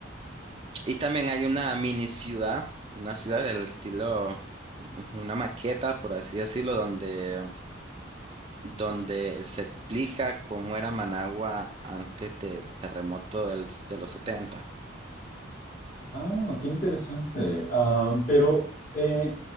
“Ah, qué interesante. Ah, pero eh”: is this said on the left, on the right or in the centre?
Left